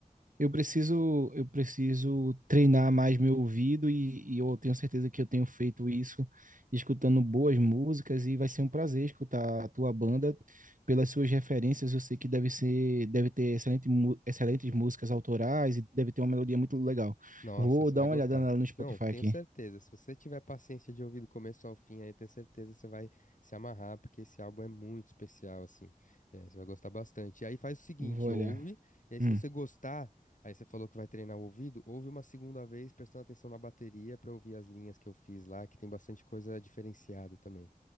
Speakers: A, on the right; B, on the left.
A: Eu preciso, eu preciso treinar mais meu ouvido e, e eu tenho certeza que eu tenho feito isso escutando boas músicas e vai ser um prazer escutar a tua banda. Pelas suas referências, eu sei que deve ser, deve ter excelente, mu- excelentes músicas autorais e deve ter uma melodia muito legal.
B: Nossa,
A: Vou
B: você
A: dar
B: vai
A: uma
B: gostar.
A: olhada na- no Spotify
B: Não, tenho
A: aqui.
B: certeza. Se você tiver paciência de ouvir do começo ao fim, aí eu tenho certeza que você vai se amarrar, porque esse álbum é muito especial, assim. É, você vai gostar bastante. E aí faz o seguinte,
A: Vou olhar.
B: ouve, e aí se
A: Hum,
B: você gostar, aí você falou que vai treinar o ouvido, ouve uma segunda vez prestando atenção na bateria pra ouvir as linhas que eu fiz lá, que tem bastante coisa diferenciada também.